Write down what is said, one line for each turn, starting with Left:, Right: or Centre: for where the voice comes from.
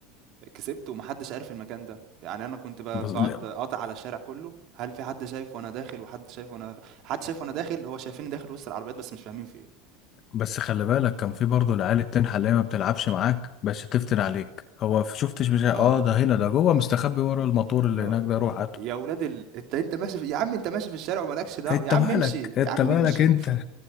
Right: كسبت ومحدش عارف المكان ده يعني انا كنت ب-
Left: بس,
Right: بقعد
Left: لا،
Right: قاطع على الشارع كله هل في حد شايف وانا داخل وحد شايف وانا حد شايف وانا داخل هو شايفيني داخل وسط العربيات بس مش فاهمين في ايه
Left: بس خلي بالك كان في برضه العيال التنحة اللي هي ما بتلعبش معاك بس تفتن عليك هو ف- شفتش مش ع-
Right: آه،
Left: اه ده هنا ده جوه مستخبي ورا الموتور
Right: اللي
Left: اللي هناك
Right: هو
Left: ده روح هاته
Right: يا ولاد ال أنت أنت ماشي في يا عم أنت ماشي في الشارع ومالكش دعوة،
Left: انت
Right: يا عم
Left: مالك
Right: امشي،
Left: انت
Right: يا عم
Left: مالك
Right: امشي،
Left: انت